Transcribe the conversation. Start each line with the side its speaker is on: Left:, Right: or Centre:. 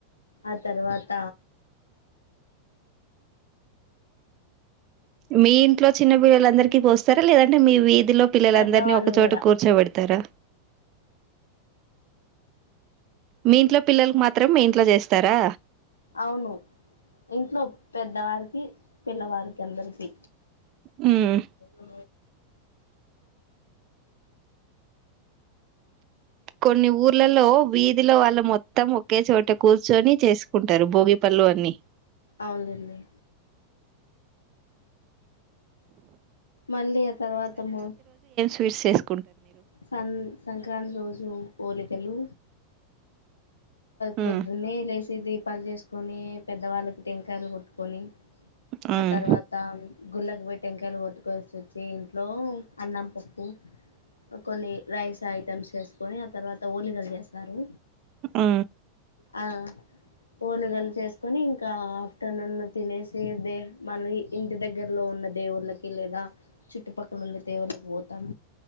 Left: ఆ తర్వాత
Right: మీ ఇంట్లో చిన్న పిల్లలందరికీ పోస్తారా లేదంటే మీ వీ ధీ లో పిల్లలందరినీ
Left: పెద్దవాళ్ళు
Right: ఒకచోట
Left: కూడా
Right: కూర్చోబెడతారా. మీ ఇంట్లో పిల్లలకు మాత్రం ఇంట్లో చేస్ త్తరా
Left: అవును ఇంట్లో పెద్దవారికి, పిల్లవారికి అందరికి.
Right: హ్మ్.
Left: అ
Right: కొన్ని ఊర్లలో వీధిలో వాళ్లు మొత్తం ఒకే చోట కూర్చొని చేసుకుంటరు భోగి పళ్ళు అన్ని.
Left: అవునండి. మళ్ళీ ఆ తర్వాతము
Right: ఫిర్సేస్
Left: సంన్ సంక్రాంతి రోజు హాలిగలు
Right: హ్మ్.
Left: ప్రొద్దున్నే లేసిది అప్పాలు చేసుకొని పెద్దవాళ్ళకి టెంకాయలు కొట్టుకొని
Right: హ్మ్.
Left: ఆ తర్వాత గుళ్ళకి పోయి టెంకాయలు కొట్టు కొనేసి వచ్చి ఇంట్లో అన్నం, పప్పు, కొన్ని రైస్ ఐటమ్స్ చేసుకొని ఆ తర్వాత ఓలిగలు చేస్తారు.
Right: ఆ
Left: ఆ ఓలిగలు చేసుకొని ఇంకా ఆఫ్టర్నూన్ తినేసి, దే మన ఇంటి దగ్గరలో ఉన్న దేవుళ్ళకి లేదా చుట్టుపక్కల ఉండే దేవుళ్ళకి పోతాం.